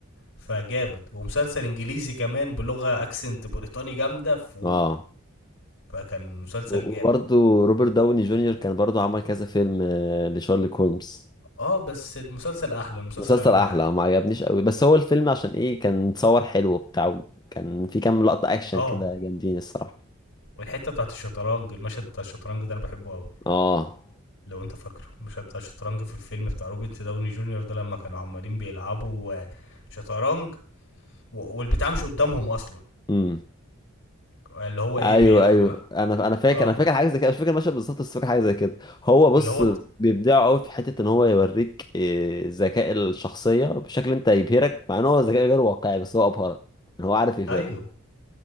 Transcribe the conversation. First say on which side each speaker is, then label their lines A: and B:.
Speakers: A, on the left (about 60°); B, on the left (about 20°).
A: فجامد ومسلسل انجليزي كمان بلغة اكسنت بريطاني جامدة ف...
B: اه
A: فكان مسلسل
B: وبرضه
A: جامد
B: روبرت داوني جونيور كان برضه عمل كذا فيلم آه، لشارلوك هولمز
A: اه بس المسلسل احلى المسلسل
B: مسلسل
A: عجبني
B: احلى
A: احلى
B: ما عجبنيش قوي بس هو الفيلم عشان ايه كان متصور حلو وبتاع كان في كام لقطة اكشن
A: اه
B: كده جامدين الصراحة
A: والحتة بتاعت الشطرنج المشهد بتاع الشطرنج ده انا بحبه قوي
B: اه
A: لو انت فاكره المشهد بتاع الشطرنج في الفيلم بتاع روبرت داوني جونيور ده لما كانوا عمالين بيلعبوا آه، شطرنج و- والبتاع مش قدامهم اصلا
B: امم
A: اللي هو ايه
B: ايوه
A: بي-
B: ايوه انا انا فاكر
A: اه
B: انا فاكر حاجه زي كده مش فاكر المشهد بالظبط بس فاكر حاجه زي كده هو بص
A: اللي هو ت-
B: بيبدعوا قوي في حته ان هو يوريك آه، ذكاء الشخصيه بشكل انت يبهرك مع ان هو ذكاء غير واقعي بس هو ابهرك ان هو عارف يبهرك
A: ايوه